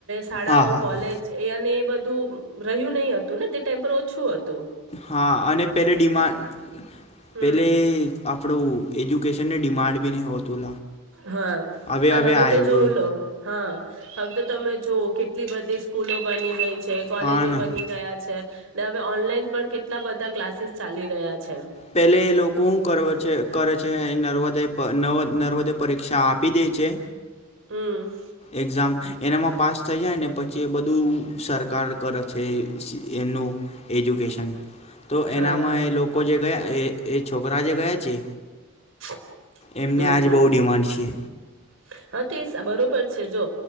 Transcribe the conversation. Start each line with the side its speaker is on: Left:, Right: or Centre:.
Right: શાળાઓ,
Left: હા હા
Right: કોલેજ
Left: હા
Right: એ. બધું રહ્યું નહી, હતું ને તે ટેમ્પર ઓછું હ.
Left: હા, અને પેલે ડિમાન્ડ
Right: હમ
Left: પેલે આપણું એજ્યુકેશનને ડિમાન્ડ બી નહી, હોતું
Right: હા
Left: હવે
Right: પણ
Left: હવે આવ્યું
Right: તો જોવ લો હા હવે, તો તમે જો કેટલી બધી સ્કૂલો બની ગઈ છે, કોલેજો
Left: હા ને
Right: બની ગયા છે. ને હવે ઓનલાઈન પણ કેટલા બધા ક્લાસીસ ચાલી રહ્યા છે
Left: પેલે એ લોકો હું કરવે છે. કરે છે નર્મદે નર્મદે પરીક્ષા આપી દેય છે.
Right: હમ.
Left: એક્ઝામ એનામાં પાસ થઈ જાય ને પછી એ બધું સરકાર કરે છે એમનું એજ્યુકેશન. તો
Right: હા
Left: એનામાં
Right: હા
Left: એ લોકો જે ગયા એ એ છોકરાજે ગયા છે.
Right: હમ
Left: એમને આજ
Right: હમ
Left: બહુ ડિમાન્ડ છે
Right: હા તે બરોબર છે જો